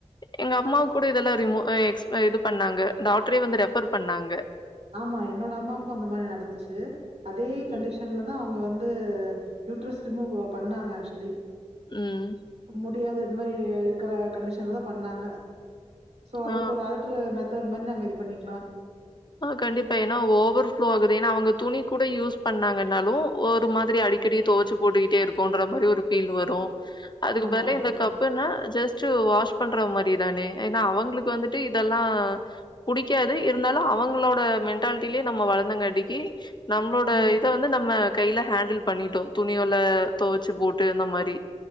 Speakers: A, on the left; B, on the right.
A: எங்க அம்மா கூட இதெல்லா ரிமூவ் எக்ஸ் இது பண்ணாங்க டாக்டரே வந்து ரெஃபர் பண்ணாங்க
B: ஆமா என்னோட அம்மாவுக்கு அந்த மாரி நடந்துச்சி அதே கண்டிஷன்
A: ம்.
B: ல்லதா அவங்க வந்து யூட்ரஸ் ரிமூவ் பண்ணாங்க ஆக்சுவலி
A: ம்.
B: முடியாது இந்த மாரி இருக்குற கண்டிஷன்லதா பண்ணாங்க சோ அதுக்கு
A: ஆ.
B: ஒரு ஆல்ட்ர் மெத்தட் மாரி நம் இது பண்ணிக்கலா
A: ஆ கண்டிப்பா ஏன்னா ஓவர் ஃளோ ஆகுது ஏன்னா அவங்க துணி கூட யூஸ் பண்ணாங்கன்னாலு ஒரு மாதிரி அடிக்கடி தொவச்சி போட்டுக்கிட்டே இருக்கோன்ற மாரி ஒரு ஃபீல் வரு அதுக்கு
B: ஆமாமா.
A: பதிலா இந்த கப் இப்பனா ஜஸ்ட்ட் வாஷ் பண்ற மாரி தானே ஏன்னா அவங்களுக்கு வந்துட்டு இதெல்லா புடிக்காது இருந்தாலு அவங்க உங்களோட மென்டாலிட்டிலயே நம்ம வளர்ந்தங்காட்டிக்கி நம்மளோட
B: ம்.
A: இத வந்து நம்ம கைல ஹேண்டில் பண்ணிட்டோ துணியோல துவச்சி போட்டு அந்த மாரி